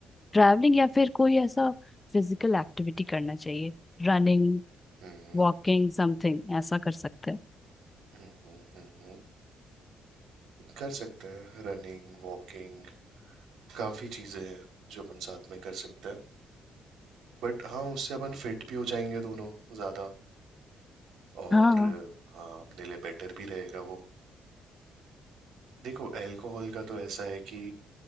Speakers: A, on the left (about 20°); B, on the right (about 80°).
A: ट्रैवलिंग या फिर कोई ऐसा फिजिकल एक्टिविटी करना चाहिए रनिंग
B: हम्म
A: वॉकिंग समथिंग ऐसा कर सकते हैं
B: हम्म हम्म हम्म। कर सकते हैं रनिंग वॉकिंग काफी चीजें हैं जो अपन साथ में कर सकते हैं बट हाँ उससे अपन फिट भी हो जाएंगे दोनों ज्यादा और
A: हाँ
B: हाँ अपने लिए बेटर भी रहेगा वो देखो अल्कोहल का तो ऐसा है कि